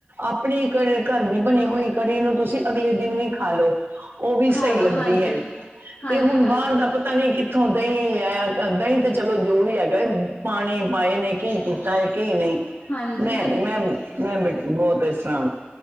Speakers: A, on the right (about 70°); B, on the left (about 60°).
A: ਆਪਣੀ ਕੜੀ ਘਰ ਦੀ ਬਣੀ ਹੋਈ ਕੜੀ ਨੂੰ ਤੁਸੀ ਅਗਲੇ ਦਿਨ ਵੀ ਖਾ ਲੋ। ਓ ਵੀ
B: ਖਾ
A: ਸਈ
B: ਲੋ
A: ਲੱਗਦੀ
B: ਹਾਂਜੀ।
A: ਏ
B: ਹਾਂਜੀ-ਹਾਂਜੀ,
A: ਤੇ ਹੁਣ ਬਾਰ ਦਾ ਪਤਾ ਨੀ ਕਿੱਥੋਂ ਦਹੀਂ ਲਿਆਇਆ, ਦਹੀਂ ਤੇ ਚਲੋ ਜੋ ਵੀ ਹੈਗਾ, ਪਾਣੀ ਪਾਏ ਨੇ ਕੀ ਕੀਤਾ ਕਿ ਨਹੀਂ,
B: ਹਾਂਜੀ-ਹਾਂਜੀ।
A: ਮੈਂ ਨਹੀਂ, ਮੈਂ ਨਹੀਂ, ਮੈਂ-ਮੈਂ ਬਹੁਤ ਇਸ ਤਰ੍ਹਾਂ